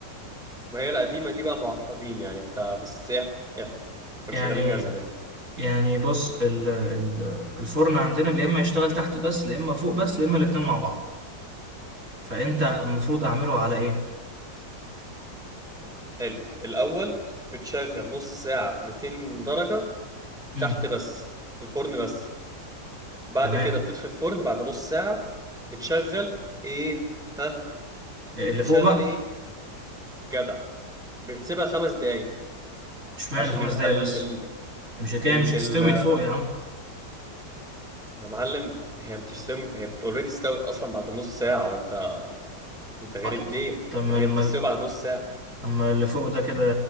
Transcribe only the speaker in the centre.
ما هي القديمة دي بقى معقدين يعني انت بس احكي احكي احنا كنا
شغالين بيها زمان
حلو الأول بتشغل نص ساعة 200 درجة
تحت بس الفرن بس بعد
كده بتطفي الفرن بعد نص ساعة بتشغل ايه ها
بتشغل
ايه جدع بتسيبها خمس دقايق
عشان
يبقى
ال
ال
ال
يا معلم هي بتستوي هي اوريدي استوت اصلا بعد نص ساعه وانت انت غريب
ليه
ما هي
بتستوي بعد نص ساعه